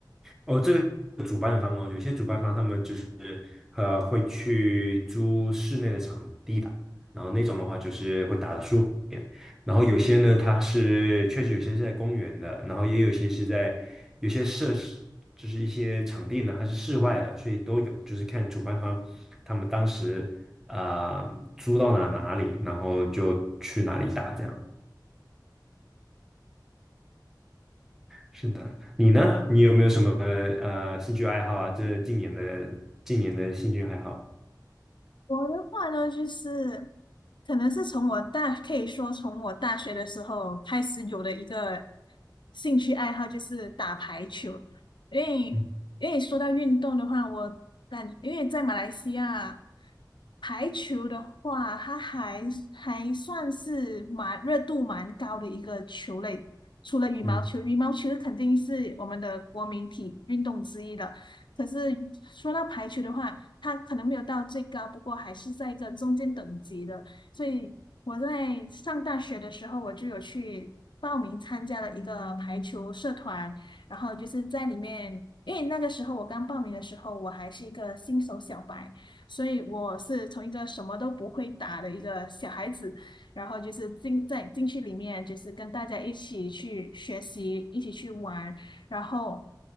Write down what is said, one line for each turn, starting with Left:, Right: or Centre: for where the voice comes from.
Centre: 哦，这个主办方哦，有些主办方他们就是呃会去租室内的场地打，然后那种的话就是会打得舒服一点。然后有些呢，它是确实有些是在公园的，然后也有些是在有些设施就是一些场地呢，它是室外的，所以都有，就是看主办方他们当时啊、呃租到哪哪里，然后就去哪里打这样。是的，你呢？你有没有什么呃兴趣爱好啊？这近年的近年的兴趣爱好？
Left: 我的话呢，就是可能是从我大，可以说从我大学的时候开始有的一个兴趣爱好，就是打排球。因为
Centre: 嗯
Left: 因为说到运动的话，我感因为在马来西亚排球的话，它还还算是蛮热度蛮高的一个球类。除了羽毛球，
Centre: 嗯
Left: 羽毛球肯定是我们的国民体运动之一的。可是说到排球的话，它可能没有到最高，不过还是在一个中间等级的。所以我在上大学的时候，我就有去报名参加了一个排球社团，然后就是在里面，因为那个时候我刚报名的时候，我还是一个新手小白，所以我是从一个什么都不会打的一个小孩子，然后就是进在进去里面，就是跟大家一起去学习，一起去玩。然后